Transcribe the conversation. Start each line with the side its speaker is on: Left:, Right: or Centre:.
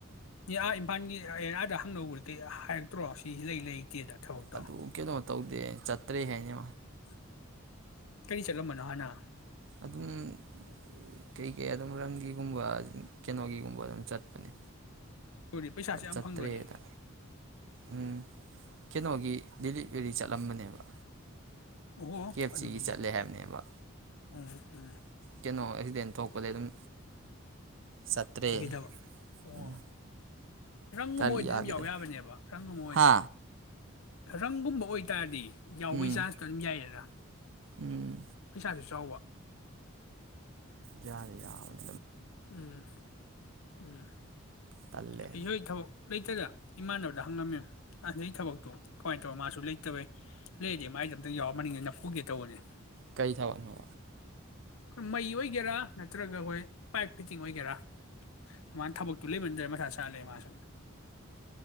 Left: ꯏ ꯑꯥ ꯏꯝꯐꯥꯜꯒꯤ ꯑꯦꯌꯥꯗ ꯍꯪꯅꯧꯕꯗꯤ ꯍꯥꯏꯔꯛꯇ꯭ꯔꯣ ꯁꯤꯁꯤ ꯂꯩ ꯂꯩ ꯏꯁꯦꯗ ꯊꯕꯛ ꯇꯣ
Right: ꯑꯗꯨ ꯀꯩꯅꯣ ꯇꯧꯗꯦ ꯆꯠꯇ꯭ꯔꯦ ꯍꯥꯏ
Left: <inaudible> ꯀꯔꯤ ꯆꯠꯂꯝꯝꯕꯅꯣ ꯍꯥꯏꯅ
Right: ꯑꯗꯨꯝ ꯀꯩꯀꯩ ꯑꯗꯨꯝ ꯔꯟꯒꯤꯒꯨꯝꯕ ꯀꯩꯅꯣꯒꯤꯒꯨꯝꯕ ꯑꯗꯨꯝ ꯆꯠꯄꯅꯦ
Left: ꯑꯗꯨꯗꯤ ꯄꯩꯁꯥꯁꯨ ꯌꯥꯝ
Right: ꯆꯥꯠꯇ꯭ꯔꯦꯗ
Left: ꯐꯪꯗꯣꯏꯅꯤ
Right: ꯎꯝ ꯀꯩꯅꯣꯒꯤꯂꯤꯞ ꯌꯨꯔꯤ ꯆꯠꯂꯝꯕꯅꯦꯕ
Left: ꯑꯣꯍꯣ
Right: ꯀꯦꯞ
Left: ꯑꯗꯨꯗꯤ
Right: ꯁꯤꯒꯤ ꯆꯠꯂꯦ ꯍꯥꯏꯕꯅꯦꯕ
Left: ꯎꯝ ꯎꯝ
Right: ꯀꯩꯅꯣ ꯑꯦꯛꯁꯤꯗꯦꯟ ꯊꯣꯛꯄꯗꯒꯤ ꯑꯗꯨ ꯑꯗꯨꯝ ꯆꯠꯇ꯭ꯔꯦ
Left: ꯁꯤꯒꯤꯈꯤꯗꯕ ꯑꯣ
Right: ꯎꯝ
Left: ꯔꯪꯒꯨꯝꯕ
Right: ꯒꯥꯔꯤ
Left: ꯑꯣꯏꯗꯤ
Right: ꯌꯥꯈꯤꯗ
Left: ꯑꯗꯨꯝ ꯌꯥꯎ ꯌꯥꯕꯅꯦꯕ ꯔꯪꯒꯨꯝꯕ ꯑꯣꯏꯗꯤ
Right: ꯍꯥ
Left: ꯔꯪꯒꯨꯝꯕ ꯑꯣꯏꯇꯥꯔꯗꯤ ꯌꯥꯎꯕꯩ
Right: ꯎꯝ
Left: ꯆꯥꯟꯁꯇꯣ ꯑꯗꯨꯝ ꯌꯥꯏꯌꯦꯗ
Right: ꯎꯝ
Left: ꯄꯩꯁꯥꯗꯨꯁꯨ ꯆꯥꯎꯋ
Right: ꯌꯥꯔꯦ ꯌꯥꯎꯅꯤ
Left: ꯎꯝ ꯎꯝ
Right: ꯇꯜꯂꯦ
Left: ꯑꯩꯁꯨ ꯊꯕꯛ ꯂꯩꯇꯗ ꯏꯃꯥꯟꯅꯕꯗ ꯍꯪꯉꯝꯃꯤ ꯑꯁ ꯅꯩ ꯊꯕꯛꯇꯨ ꯀꯃꯥꯏꯅ ꯇꯧ ꯃꯥꯁꯨ ꯂꯩꯇꯕꯩ ꯂꯩꯗꯤ ꯃꯥꯏꯦ ꯑꯝꯇꯪ ꯌꯥꯎꯔ ꯃꯅꯤꯗꯅ ꯄꯨꯒꯦ ꯇꯧꯕꯅꯦ
Right: ꯀꯩ ꯊꯅ ꯍ
Left: ꯑꯩꯣꯏ ꯃꯩ ꯑꯣꯏꯒꯦꯔꯥ ꯅꯠꯇ꯭ꯔꯒ ꯑꯩꯈꯣꯏ ꯄꯥꯏꯛ ꯐꯤꯠꯇꯤꯡ ꯑꯣꯏꯒꯦꯔꯥ ꯃꯥꯅ ꯊꯕꯛꯇꯨ ꯂꯩꯃꯟꯗ꯭ꯔꯦ ꯃꯁꯥ ꯁꯥ ꯂꯩ ꯃꯥꯁꯨ